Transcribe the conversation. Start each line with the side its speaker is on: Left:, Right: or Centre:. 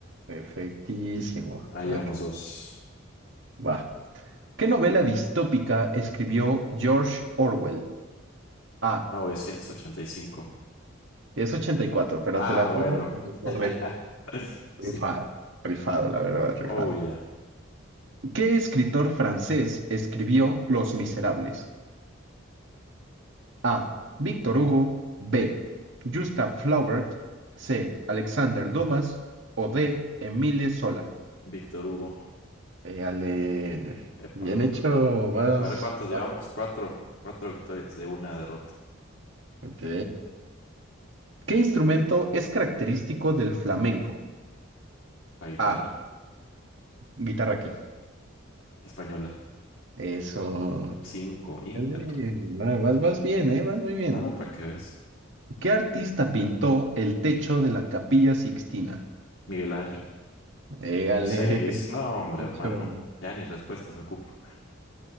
Right: Perfectísimo.
Left: Ahí
Right: Ok,
Left: llevamos dos.
Right: va. ¿Qué novela distópica escribió George Orwell? A.
Left: 1985.
Right: Es ochenta y cuatro. pero
Left: Ah,
Right: te la tomo
Left: bueno.
Right: como correcto.
Left: <laughs>
Right: Rifado.
Left: Sí.
Right: Rifado, la verdad, rifado.
Left: Oh, yeah.
Right: ¿Qué escritor francés escribió Los Miserables? A. Víctor Hugo. B. Gustav Flaubert. C. Alexander Dumas. O D. Emile Sola.
Left: Víctor Hugo.
Right: Éale,
Left: Epa.
Right: bien hecho, varios.
Left: A ver cuántos llevamos.
Right: varios.
Left: Cuatro. Cuatro victorias de una derrota.
Right: Ok. ¿Qué instrumento es característico del flamenco?
Left: La guitarra
Right: A. Guitarra qué.
Left: española.
Right: Eso.
Left: Cinco. Ingato.
Right: Éale, va- Vas, vas bien, ¿eh? Vas muy bien.
Left: Ah, para que veas.
Right: ¿Qué artista pintó el techo de la Capilla Sixtina?
Left: Miguel Ángel.
Right: Éale,
Left: Seis. No, hombre,
Right: de
Left: hermano.
Right: hecho.
Left: Ya ni respuestas ocupo.